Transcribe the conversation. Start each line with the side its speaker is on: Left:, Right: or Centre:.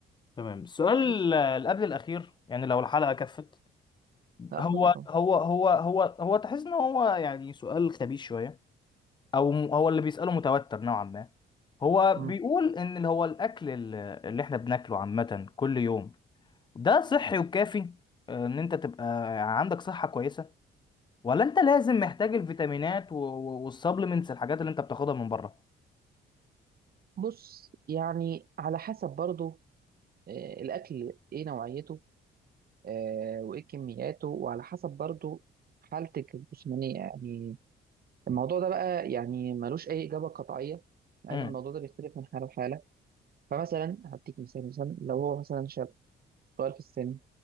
Left: تمام السؤال
Right: بس
Left: آه، اللي قبل الأخير يعني لو الحلقة كفت
Right: لا
Left: هو
Right: اتفضل طبعا
Left: هو هو هو هو تحس ان هو يعني سؤال خبيث شويه او م- هو اللي بيساله متوتر نوعا ما هو بيقول
Right: مم.
Left: ان اللي هو الاكل ال- اللي احنا بناكله عامه كل يوم ده صحي وكافي آه، ان انت تبقى عندك صحه كويسه ولا انت لازم محتاج الفيتامينات و- و- والسبلمنتس الحاجات اللي انت بتاخدها من بره
Right: بص يعني على حسب برضو آه، الاكل ايه نوعيته آه، وايه كمياته وعلى حسب برضو حالتك الجسمانيه يعني الموضوع ده بقى يعني ملوش اي اجابه قطعيه لان
Left: امم
Right: الموضوع ده بيختلف من حاله لحاله فمثلا هديك مثال مثلا لو هو مثلا شاب صغير في السن